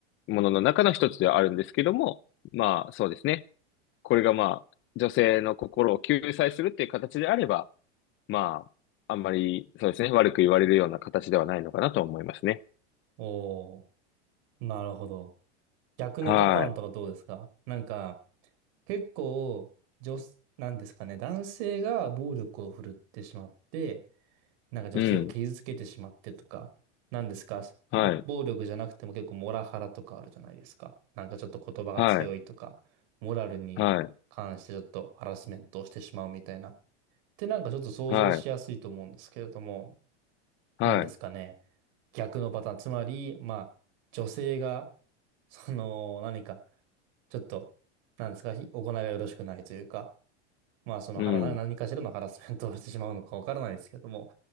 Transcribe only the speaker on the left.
ものの中の一つではあるんですけども、まあそうですね。これがまあ女性の心を救済するっていう形であれば、まああんまりそうですね、悪く言われるような形ではないのかなと思いますね。
は
い。うん。
はい。
はい。
はい。
はい。はい。
うん。